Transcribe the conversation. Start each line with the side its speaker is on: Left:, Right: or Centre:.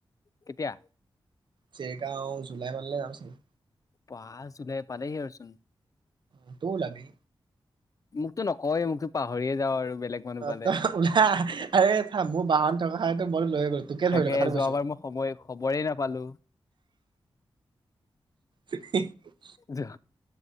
Left: কেতিয়া?
Right: চেৰগাওঁ <unintelligible> জুলাই মানলৈ যাম চাগে।
Left: পাঁচ জুলাই পালেহি আৰুচোন।
Right: অ' তইও ওলাবি।
Left: মোকতো নকয়ে মোকটো পাহৰিয়ে যাওঁ আৰু বেলেগ মানুহ
Right: অ'
Left: পালে
Right: তই ওলাই আ মোৰ বাহন থকা <unintelligible> তোকে
Left: তাকে
Right: ধৰিলো কথাটো
Left: যোৱাবাৰ
Right: কৈছো।
Left: মই সময় খবৰেই নাপালো
Right: <unintelligible>
Left: যা